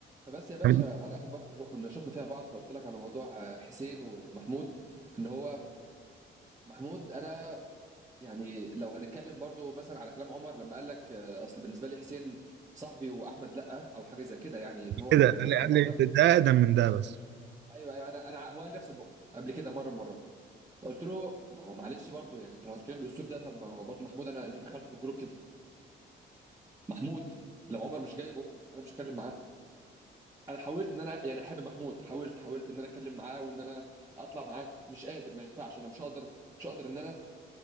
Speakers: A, on the right (about 15°); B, on the right (about 60°).
A: فبس يا باشا
B: مش
A: على اخر مره كنا شو- كنا شفنا فيها بعض فقلت لك على موضوع آه، حسين ومحمود ان هو محمود انا يعني لو هنتكلم برضو مثلا على كلام عمر لما قال لك آه، اصل بالنسبه لي حسين صاحبي واحمد لا او حاجه زي كده يعني ان هو
B: كده
A: بالنسبه
B: قال
A: له
B: لي
A: حسين
B: قال
A: افضل
B: لي ده ده اقدم من ده بس
A: ايوه ايوه انا انا هو قال نفس البق قبل كده مره من مرات قلت له ما هو معلش برضو يعني انت لو هتتكلم بالاسلوب ده طب ما هو برضو محمود انا انت دخلته في الجروب كده محمود لو عمر مش جايبه انا مش هتكلم معاه انا حاولت ان انا يعني احب محمود حاولت حاولت ان انا اتكلم معاه وان انا اطلع معاه مش قادر ما ينفعش انا مش هقدر مش هقدر ان انا